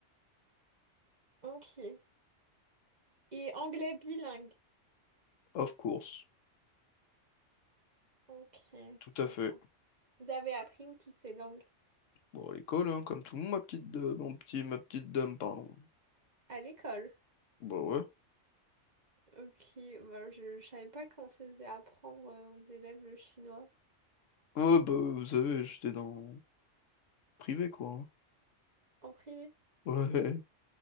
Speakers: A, on the right (about 35°); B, on the left (about 80°).
A: Ok. Et anglais bilingue.
B: Of course.
A: Ok, je
B: Tout à fait.
A: vois. Vous avez appris où toutes ces langues?
B: Bon, à l'école, hein, comme tout le monde, ma petite, de- mon petit, ma petite dame, pardon.
A: À l'école.
B: Bah ouais.
A: Ok, bah, je, je savais pas qu'on faisait apprendre euh, aux élèves le chinois
B: Ouais, bah, vous savez, j'étais dans privé, quoi. hein.
A: en privé.
B: Ouais.